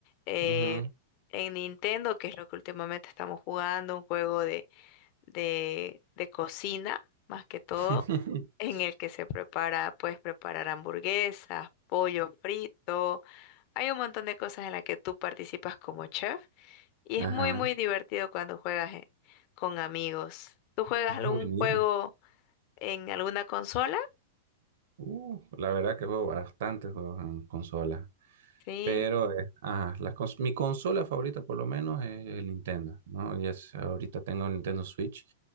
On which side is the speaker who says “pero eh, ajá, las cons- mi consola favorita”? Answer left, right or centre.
Right